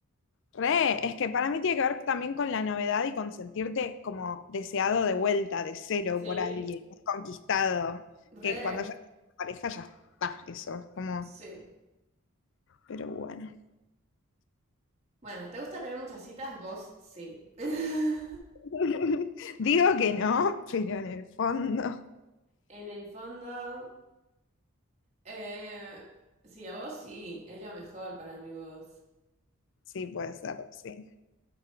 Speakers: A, on the left; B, on the right.
A: Re, es que para mí tiene que ver también con la novedad y con sentirte como deseado de vuelta, de cero
B: Sí.
A: por alguien, conquistado, que
B: Re,
A: cuando ya tienes una pareja ya está, eso es como,
B: sí.
A: pero bueno.
B: Bueno, ¿te gusta tener muchas citas? Vos sí. <laughs>
A: <laughs> Digo que no, pero en el fondo
B: En el fondo, eh, sí, a vos sí, es lo mejor para mí vos.
A: sí puede ser, sí.